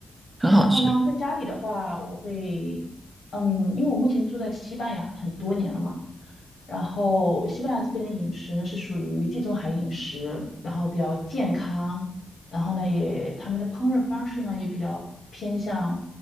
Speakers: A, on the right; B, on the left.
A: 很好吃。
B: 然后呢，在家里的话，我会，嗯，因为我目前住在西班牙很多年了嘛，然后西班牙这边的饮食呢是属于地中海饮食，然后比较健康，然后呢也他们的烹饪方式呢也比较偏向，